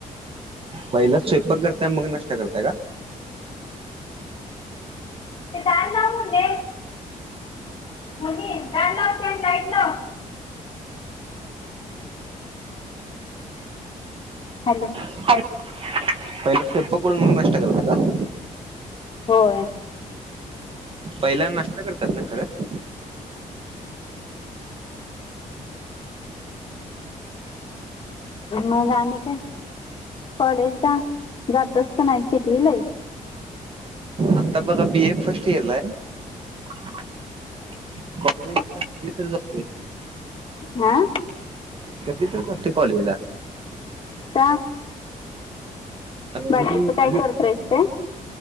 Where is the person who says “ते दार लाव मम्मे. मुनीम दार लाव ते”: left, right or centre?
Left